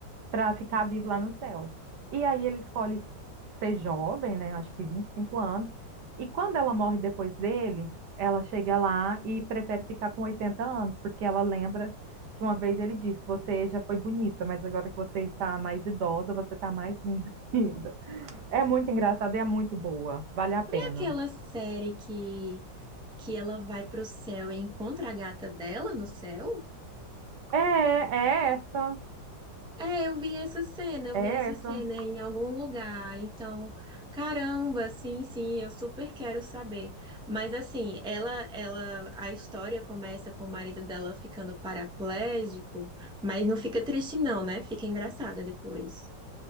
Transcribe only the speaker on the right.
para ficar vivo lá no céu. E aí ele escolhe ser jovem, né? Acho que 25 anos. E quando ela morre depois dele, ela chega lá e prefere ficar com 80 anos, porque ela lembra que uma vez ele disse: Você já foi bonita, mas agora que você está mais idosa, você está mais linda <laughs> ainda. É muito engraçada e é muito boa. Vale a pena.
É, é essa.
É
essa.